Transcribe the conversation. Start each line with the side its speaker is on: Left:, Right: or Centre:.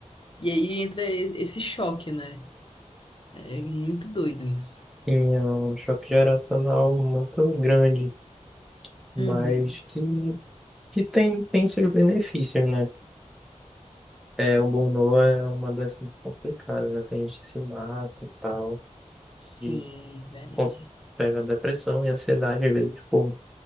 Left: E aí entra e- esse choque, né? É muito doido isso.
Centre: Tinha um choque geracional muito grande, mas
Left: Uhum.
Centre: que, que tem, tem seus benefícios, né? É, o burnout é uma doença muito complicada, né? Tem gente que se mata e tal,
Left: Sim,
Centre: de
Left: é verdade.
Centre: cons- pega depressão e ansiedade, às vezes, tipo,